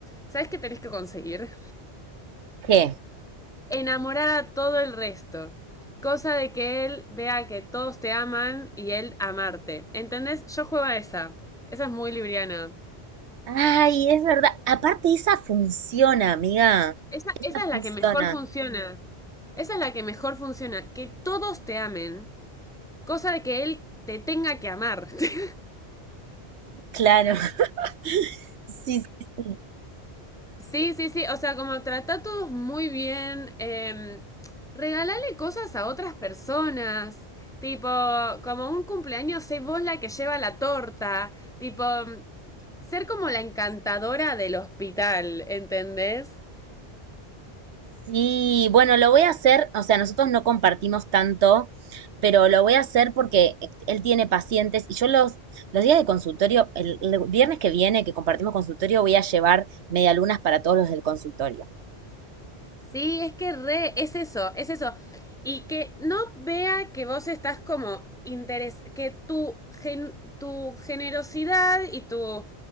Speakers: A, in the centre; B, on the right.
A: ¿sabes qué tenés que conseguir?
B: ¿Qué?
A: enamorar a todo el resto. Cosa de que él vea que todos te aman y él amarte. ¿Entendés? Yo juego a esa. Esa es muy libriana.
B: Ay, es verdad. Aparte, esa funciona, amiga.
A: Esa,
B: Esa
A: esa es
B: funciona.
A: la que mejor funciona. Esa es la que mejor funciona. Que todos te amen. Cosa de que él te tenga que amar. <laughs>
B: Claro. <laughs> Sí, sí, sí.
A: Sí, sí, sí, o sea, como trata a todos muy bien, eh, regalale cosas a otras personas, tipo, como un cumpleaños, sé vos la que lleva la torta, tipo, ser como la encantadora del hospital, ¿entendés?
B: Sí, bueno, lo voy a hacer. O sea, nosotros no compartimos tanto, pero lo voy a hacer porque él tiene pacientes y yo los, los días de consultorio, el, el viernes que viene que compartimos consultorio, voy a llevar medialunas para todos los del consultorio.
A: Sí, es que re, es eso, es eso. Y que no vea que vos estás como interes, que tu, gen- tu generosidad y tu